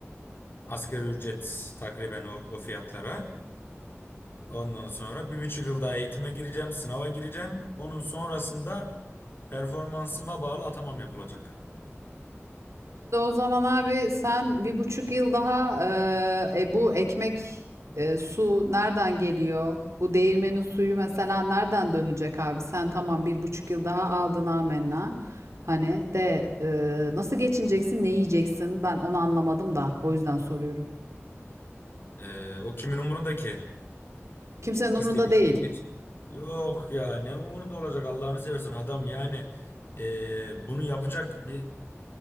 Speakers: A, on the left; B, on the right.
A: Asgari ücret takriben o, o fiyatlara. Ondan sonra bir buçuk yıl daha eğitime gireceğim, sınava gireceğim. Onun sonrasında performansıma bağlı atamam yapılacak.
B: Şimdi o zaman abi sen bir buçuk yıl daha eee, e, bu ekmek e, su nereden geliyor? Bu değirmenin suyu mesela nereden dönecek abi? Sen tamam bir buçuk yıl daha aldın amenna. Hani de e, nasıl geçineceksin, ne yiyeceksin? Ben onu anlamadım da o yüzden soruyorum.
A: E, o kimin umurunda ki?
B: Kimsenin umurunda
A: İstediğin
B: değil.
A: gibi geç. Yok ya ne umurunda olacak Allah'ını seversen adam yani e, bunu yapacak bir